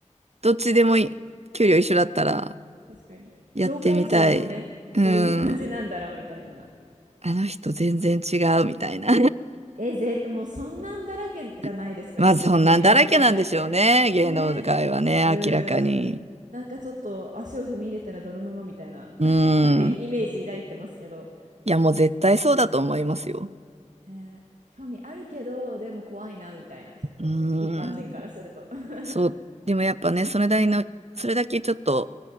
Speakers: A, on the right; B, on the right.
A: どっちでもいい。給料一緒だったら、
B: 確かに。
A: やってみたい。
B: 業界人のね、
A: うん。
B: どういう感じなんだろうみたいな。
A: あの人全然違うみたいな。
B: え、ぜ、もうそんなんだらけじゃないですか、
A: <laughs> まあそんなんだらけなんでしょうね。
B: きっと芸能界なんて。
A: 芸能界はね、
B: ね。うん。
A: 明らかに。
B: なんかちょっと足を踏み入れたら泥沼みたいな
A: うん。
B: <laughs> 勝手にイメージ抱いてますけど。
A: いやもう絶対そうだと思いますよ。
B: ね興味あるけど、でも怖いなみたいな、ちょっと一般人からすると。
A: うん。
B: <laughs>
A: そう。でもやっぱね、それなりの、それだけちょっと